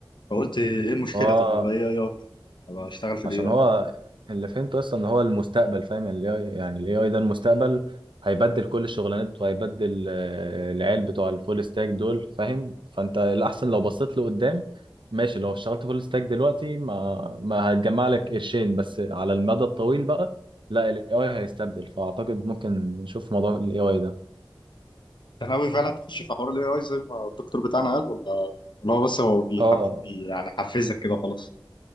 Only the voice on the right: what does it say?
اه
عشان
هو اللي فهمته اصلا ان هو المستقبل فاهم يعني الاي اي، يعني الاي اي ده المستقبل هيبدل كل الشغلانات وهيبدل آه، العيال بتوع الفول ستاك دول فاهم فانت الاحسن لو بصيت لقدام ماشي لو اشتغلت فول ستاك دلوقتي ما ما هتجمع لك قرشين بس على المدى الطويل بقى لا الاي اي هيستبدل فاعتقد ممكن نشوف موضوع الاي اي ده
اه